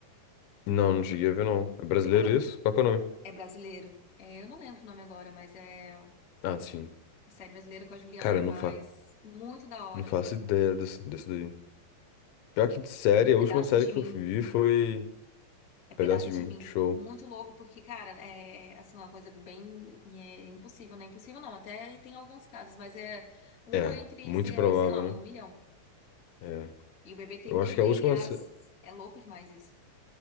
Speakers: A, on the left; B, on the left.
A: Não, não cheguei a ver, não. É brasileiro
B: Cara,
A: isso? Qual que é o nome?
B: é brasileiro. É, eu não lembro o nome agora, mas é
A: Ah, sim.
B: série brasileira com a Juliana
A: Cara, eu
B: Paz.
A: não, fa...
B: Muito da hora
A: não faço
B: mesmo.
A: ideia
B: Que
A: desse,
B: isso?
A: desse daí. Já que de série, a
B: Pedaço
A: última série
B: de
A: que
B: mim.
A: eu vi foi
B: É pedaço
A: Pedaço de
B: de
A: Mim,
B: mim.
A: show.
B: Muito louco, porque, cara, é assim, uma coisa bem é, impossível, né? Impossível não, até tem alguns casos, mas é um
A: É,
B: entre,
A: muito
B: sei
A: improvável,
B: sei lá, em
A: né?
B: um milhão.
A: É.
B: E o bebê tem
A: Eu
B: dois
A: acho que
B: DNAs.
A: a última. se-
B: É louco demais isso.